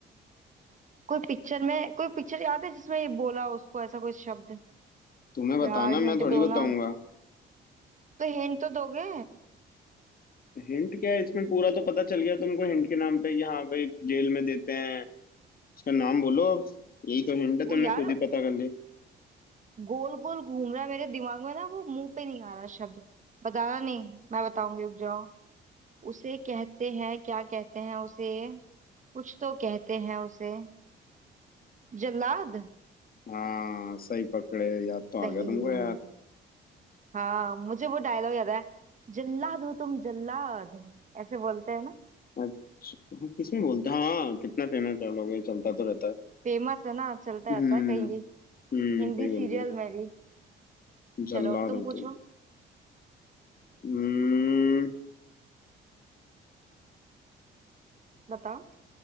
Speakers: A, on the right; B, on the left.
A: कोई पिक्चर में कोई पिक्चर याद है जिसमें ये बोला उसको ऐसा कोई शब्द
B: तुम्हें बताना
A: यार हिंट
B: मैं थोड़ी
A: दो ना
B: बताऊंगा
A: तो हिंट तो दोगे
B: हिंट क्या है इसमें पूरा तो पता चल गया तुमको हिंट के नाम पे कि हाँ भाई जेल में देते हैं उसका नाम बोलो अब यही तो हिंट है
A: वो
B: तुमने
A: यार
B: खुद ही पता कर ली
A: गोल गोल घूम रहा है मेरे दिमाग में ना वो मुंह पे नहीं आ रहा शब्द बताना नहीं मैं बताऊंगी रुक जाओ उसे कहते हैं क्या कहते हैं उसे कुछ तो कहते हैं उसे जल्लाद
B: हाँ सही पकड़े याद तो आ
A: सही
B: गया तुमको यार
A: हाँ मुझे वो डायलॉग याद है जल्लाद हो तुम जल्लाद ऐसे बोलते हैं ना
B: अच्छा, हाँ, किसमें बोलते हैं हाँ कितना फेमस डायलॉग है चलता तो रहता है
A: फेमस है ना चलता
B: हम्म
A: रहता है कहीं भी
B: हम्म
A: हिंदी
B: सही
A: सीरियल
B: बोल रहे हो
A: में भी
B: जल्लाद
A: चलो तुम
B: हो
A: पूछो
B: तुम हम्म
A: बताओ